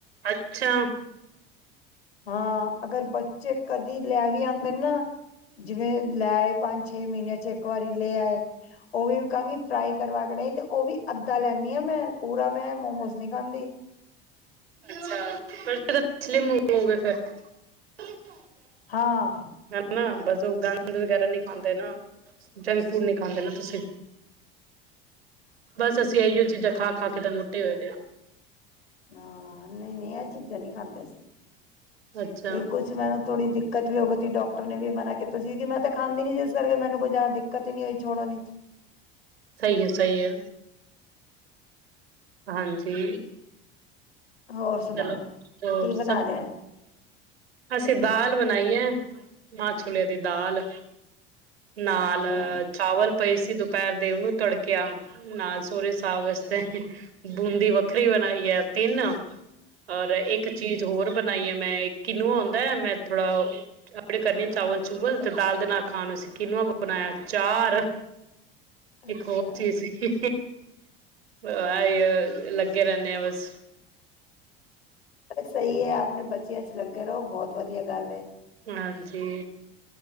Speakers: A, on the right; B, on the left.
A: ਅੱਛਾ
B: ਹਾਂ ਅਗਰ ਬੱਚੇ ਕਦੀ ਲੈ ਵੀ ਆਉਂਦੇ ਨਾ ਜਿਵੇਂ ਲੈ ਆਏ ਪੰਜ ਛੇ ਮਹੀਨਿਆਂ ਚ ਇੱਕ ਵਾਰੀ ਲੈ ਆਏ ਉਹ ਵੀ ਕਹਾਂਗੀ ਫਰਾਈ ਕਰਵਾ ਕੇ ਲਈ ਤੇ ਉਹ ਵੀ ਅੱਧਾ ਲੈਦੀ ਹਾਂ ਮੈਂ ਪੂਰਾ ਮੈਂ ਮੋਮੋਸ ਨਹੀਂ ਖਾਂਦੀ
A: ਅੱਛਾ ਫਲੇਮ ਹੋਗੇਏ ਫੇਰ <unintelligible>
B: ਹਾਂ
A: ਹੈ ਨਾ ਬਸ ਸਾਂ <unintelligible> ਵਗੈਰਾ ਨੀ ਖਾਂਦੇ
B: ਹਾਂ
A: ਨਾ ਜ <unintelligible> ਫੂਡ ਨੀ ਖਾਂਦੇ ਨਾ ਤੁਸੀਂ ਬਸ ਅਸੀਂ ਇਹੀਓ ਚੀਜ਼ਾਂ ਖਾ ਖਾ ਕੇ ਤਾਂ ਮੋਟੇ ਹੋਏ ਦੇ
B: ਹਾਂ ਨਹੀ ਨਹੀਂ ਚੀਜ਼ਾਂ ਨਹੀਂ ਖਾਂਦੇ ਅਸੀਂ
A: ਅੱਛਾ
B: ਇਹ ਕੁਛ ਮੈ ਥੋੜੀ ਦਿੱਕਤ ਵੀ ਹੋ ਗਈ ਸੀ ਡਾਕਟਰ ਨੇ ਵੀ ਮਨਾ ਕੀਤਾ ਸੀ ਕਿ ਮੈਂ ਤੇ ਖਾਂਦੀ ਨੀ ਸੀ ਜਿਸ ਕਰਕੇ ਮੈਨੂੰ ਕੋਈ ਜ਼ਿਆਦਾ ਦਿੱਕਤ ਹੀ ਨਹੀਂ ਹੋਈ ਛੋੜਨ ਵਿਚ
A: ਸਹੀ ਹੈ ਸਹੀ ਹੈ ਹਾਂਜੀ
B: ਹੋਰ ਸੁਣਾਓ
A: ਚਲੋ ਹੋਰ
B: ਕੀ
A: ਸਭ
B: ਬਣਾ ਲਿਆ
A: ਅਸੀਂ ਦਾਲ ਬਣਾਈ ਹੈ ਮਾਹ ਛੋਲਿਆਂ ਦੀ ਦਾਲ ਨਾਲ
B: ਅੱਛਾ
A: ਚਾਵਲ ਪਏ ਸੀ ਦੁਪਹਿਰ ਦੇ ਉਹਨੂੰ ਤੜਕਿਆ ਨਾ ਸਹੁਰੇ ਸਾਬ ਵਾਸਤੇ ਬੂੰਦੀ ਵੱਖਰੀ ਬਣਾਈ ਹੈ ਤਿੰਨ ਔਰ ਇੱਕ ਚੀਜ਼ ਹੋਰ ਬਣਾਈ ਹੈ ਮੈਂ <unintelligible> ਕਿਨੂ ਆਉਦਾ ਹੈ ਮੈਂ ਥੋੜਾ ਅਪਣੇ ਕੜ੍ਹੀ ਚਾਵਲ ਤੇ ਦਾਲ ਦੇ ਨਾਲ ਖਾਣ ਵਾਸਤੇ ਕਿਨੂਆ ਬਣਾਇਆ ਚਾਰ
B: ਅੱਛਾ
A: ਇੱਕ ਹੋਰ ਚੀਜ਼ ਸੀ। ਆ ਲੱਗੇ ਰਹਿੰਣੇ ਆ ਬਸ।
B: ਸਹੀ ਹੈ ਆਪਣੇ ਬੱਚਿਆਂ 'ਚ ਲੱਗੇ ਰਹੋ, ਬਹੁਤ ਵਧੀਆ ਗੱਲ ਹੈ।
A: ਹਾਂਜੀ।